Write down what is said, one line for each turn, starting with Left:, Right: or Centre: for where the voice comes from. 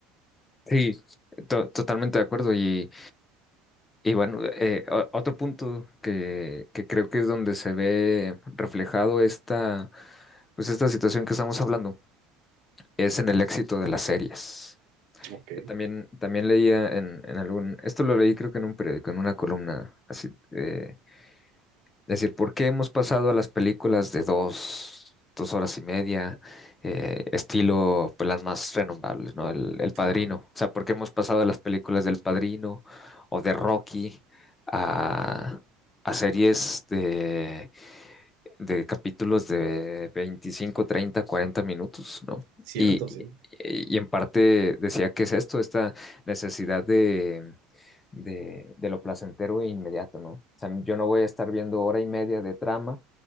Left: Sí, to- totalmente de acuerdo. Y, y bueno, eh, o- otro punto que, que creo que es donde se ve reflejado esta, pues esta situación que estamos hablando es en el éxito de las series.
Right: Ok,
Left: Yo también, también leía en, en algún, esto lo leí creo que en un periódico, en una columna, así, eh, es decir, ¿por qué hemos pasado a las películas de dos, dos horas y media, eh, estilo pues, las más renombrables, ¿no? El, El Padrino.
Right: ajá,
Left: O sea, ¿por qué hemos pasado a las películas del Padrino o de Rocky a, a series de, de capítulos de 25 30 40 minutos, ¿no?
Right: cierto,
Left: Y, y
Right: sí,
Left: y en parte decía que es esto, esta necesidad de de, de lo placentero e inmediato, ¿no? O sea, yo no voy a estar viendo hora y media de trama